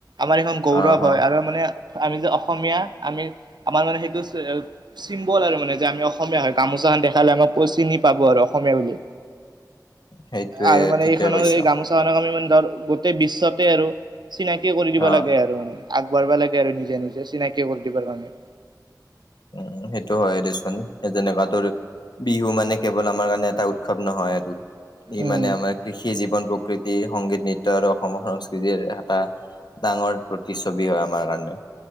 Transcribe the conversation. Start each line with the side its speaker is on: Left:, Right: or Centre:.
Right: আমাৰ এইখন গৌৰৱ
Left: অ
Right: হয়
Left: অ
Right: আৰু মানে আমি যে অসমীয়া আমি -আমাৰ মানে সেইটো চিম্বল আৰু মানে যে আমি অসমীয়া হয়। গামোচাখন দেখালে আমাক চিনি পাব আৰু অসমীয়া বুলি।
Left: সেইটোৱে
Right: আৰু মানে
Left: ঠিকে
Right: এইখনক
Left: কৈছ
Right: এই গামোচাখনক আমি মানে ধৰ গোটেই বিশ্বতে আৰু চিনাকি কৰি দিব
Left: অ
Right: লাগে আৰু মানে আগবাঢ়বা লাগে আৰু নিজে নিজে। চিনাকি কৰি দিবাৰ কাৰণে।
Left: উম। সেইটো হয় দেচোন। যেনেকুৱা তোৰ বিহু মানে কেৱল আমাৰ কাৰণে এটা উৎসৱ নহয় আৰু ই
Right: উম
Left: মানে আমাৰ কৃষি জীৱন প্ৰকৃতি, সংগীত, নৃত্য আৰু অসমৰ সংস্কৃতিৰ এটা ডাঙৰ প্ৰতিচ্ছবি হয় আমাৰ কাৰণে।